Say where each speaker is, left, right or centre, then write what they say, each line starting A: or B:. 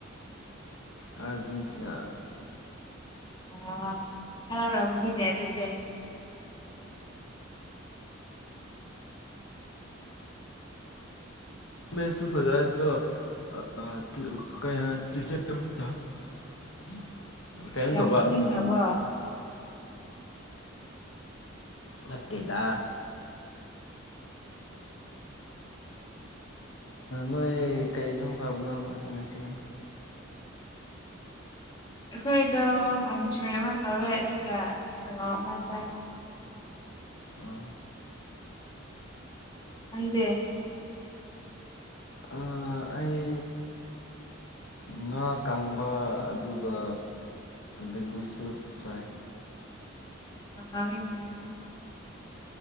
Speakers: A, on the left; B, on the left.
A: ꯑꯥꯔꯖꯦꯟꯇꯤꯅꯥ
B: ꯑ ꯍꯔꯥꯎꯔꯝꯒꯅꯤꯅꯦ ꯑꯗꯨꯗꯤ
A: ꯃꯁꯨ ꯐꯖꯥꯏꯗ ꯀ ꯇ <unintelligible>
B: ꯑꯁ
A: ꯀꯩꯅꯣ
B: ꯌꯥꯝ
A: ꯇꯧꯕ
B: ꯇꯨꯝꯅꯤꯡꯈ꯭ꯔꯕꯣ
A: ꯎꯝ ꯅꯠꯇꯦꯗ ꯅꯣꯏ ꯀꯔꯤ ꯆꯣꯡ ꯆꯥꯕꯅꯣ ꯉꯁꯤ
B: <inaudible> ꯑꯩꯈꯣꯏꯗꯣ ꯀꯥꯡꯁꯣꯏ ꯑꯃ ꯇꯧꯋꯦ ꯑꯗꯨꯒ ꯀꯥꯡꯉꯧ ꯑꯃ ꯆꯥꯏ
A: ꯑ
B: ꯈꯪꯗꯦ
A: ꯑ ꯑꯩ ꯉꯥ ꯀꯪꯕ ꯑꯗꯨꯒ ꯕꯦꯝꯕꯨꯁꯨꯠ ꯆꯥꯏ
B: ꯑ ꯍꯤꯟꯅꯦꯅ <unintelligible>